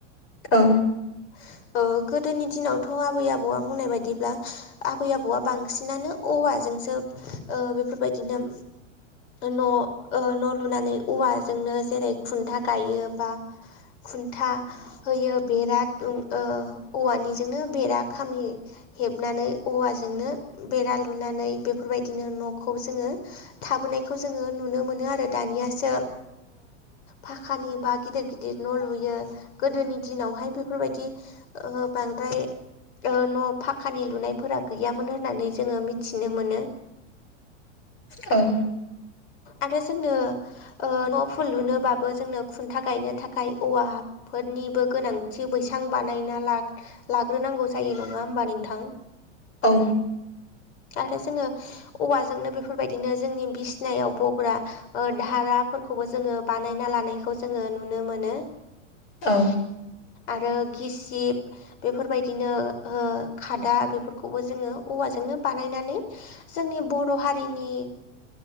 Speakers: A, on the left (about 35°); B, on the left (about 60°).
A: औ
B: <inaudible> गोदोनि दिनावथ' आबै आबौआ बुंनाय बायदिब्ला आबै आबौआ बांसिनानो औवाजोंसो बेफोरबायदिनो न' न' लुनानै औवाजोंनो जेरै खुन्था गायो बा खुन्था होयो बेरा दोमनो औवानिजोंनो बेरा खामि हेबनानै औवाजोंनो बेरा लुनानै बेफोरबायदिनो न'खौ जोङो थाबोनायखौ जोङो नुनो मोनो आरो दानियासो फाखानि बा गिदिर गिदिर न' लुयो गोदोनि दिनावहाय बेफोरबायदि बांद्राय न' फाखानि लुनायफोरा गैयामोन होननानै जोङो मिथि मिथिनो मोनो
A: औ
B: आरो जोंनो न' फुल लुनोबाबो जोंनो खुन्था गायनो थाखाय औवा फोरनिबो गोनांथि बैसां बानायना ला लाग्रोनांगौ जायो नङा होमबा नोंथां
A: औ
B: आरो जोङो औवाजोंनो बेफोरबायदिनो जोंनि बिसिनायाव बग्रा धाराफोरखौबो जोङो बानायना लानायखौ जोङो नुनो मोनो
A: औ
B: आरो गिसिब बेफोरबायदिनो खादा बेफोरखौबो जोङो औवाजोंनो बानायनानै जोंनि बर' हारिनि